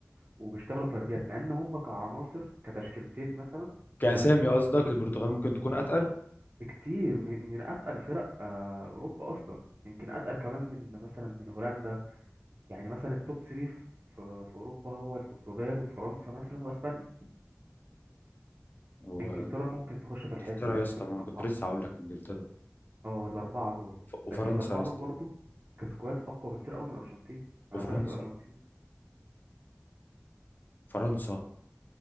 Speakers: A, on the right (about 45°); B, on the left (about 40°).
A: وبيشتغلوا فرديات مع إن هم كعناصر كتشكيلتين مثلا
B: كاسامي
A: وأسماء
B: قصدك البرتغال ممكن تكون اتقل
A: بكتير من من أتقل فرق آه، أوروبا أصلا يمكن أتقل كمان من مثلا من هولندا يعني مثلا التوب 3 في في أوروبا هو البرتغال وفرنسا مثلا وأسبانيا
B: وانجلترا
A: انجلترا ممكن تخش في الحسبة
B: يا
A: يعني ممكن
B: اسطى ما
A: تبقى
B: أنا كنت
A: أربعة
B: لسه هقول لك انجلترا
A: اه الأربعة دول
B: وف- وفرنسا
A: لكن الأربعة
B: يا اسطى
A: دول برضو كسكواد أقوى بكتير أوي من الأرجنتين مع
B: وفرنسا
A: ذلك الأرجنتين
B: فرنسا